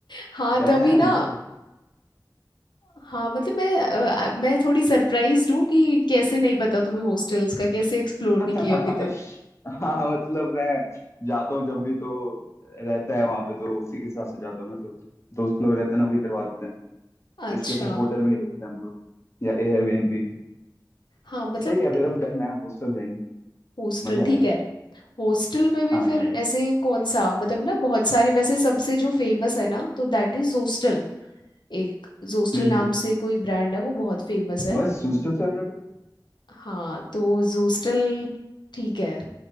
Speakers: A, on the left; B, on the left.
A: हाँ
B: डन
A: तभी
B: है
A: ना
B: हॉस्टल
A: हाँ मतलब मैं अ, आ- मैं थोड़ी सरप्राइज्ड हूँ कि कैसे नहीं पता तुम्हें हॉस्टल्स का कैसे एक्सप्लोर
B: <laughs>
A: नहीं किया अभी तक
B: हाँ मतलब मैं जाता हूँ जब भी तो रहता है वहां पे तो उसी के हिसाब से जाता हूँ मैं तो दोस्त लोग रहते हैं ना वही करवा देते हैं
A: अच्छा
B: इसलिए फिर होटल में ही रुकते हैं हम लोग या एयरबीएनबी
A: हाँ मतलब
B: सही है फिर अब डन है हॉस्टल जाएंगे
A: हॉस्टल
B: मजा
A: ठीक
B: आएगा
A: है हॉस्टल में भी
B: हाँ
A: फिर
B: डन है
A: ऐसे कौन सा मतलब ना बहुत सारे वैसे सबसे जो फेमस है ना तो दैट इज जोस्टल एक जोस्टल
B: हम्म
A: नाम
B: हम्म
A: से कोई ब्रांड है वो बहुत फेमस है
B: बस हॉस्टल चल रहा है
A: हाँ तो जोस्टल ठीक है